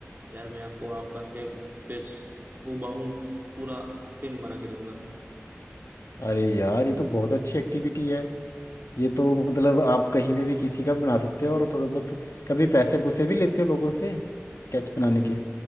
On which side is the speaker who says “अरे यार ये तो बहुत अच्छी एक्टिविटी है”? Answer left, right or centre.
Left